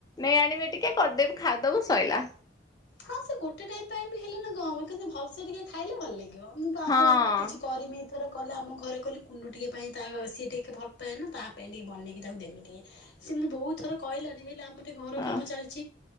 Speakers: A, on the left; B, on the left.
A: ନେଇ ଆଣିବେ ଟିକେ କର୍ଦେବି ଖାଇଦବୁ ସଇଲା।
B: ହଁ ସେ ଗୋଟେ ଟାଇମ ପାଇଁ ବି ହେଲେ ନା କଣ ହେବ କିନ୍ତୁ ଭଲସେ ଟିକେ ଖାଇଲେ ଭଲ ଲାଗିବ ମୁଁ ଆଙ୍କ
A: ହଁ।
B: ଘରେ ଭାବିଛି କରିମି। ଥର କଲେ ଆମ ଘରେ କହିଲେ କୁନୁ ଟିକେ ପାଇଁ ତା ସିଏ ଟିକେ ଭଲପାଏ ନା ତା ପାଇଁ ଟିକେ ବନେଇକି ତାକୁ ଦେମି ଟିକେ। ସେ ମୋତେ ବହୁତ୍ ଥର କହିଲାଣି ହେଲେ ଆମ ଟିକେ ଘର
A: ହଁ।
B: କାମ ଚାଲିଛି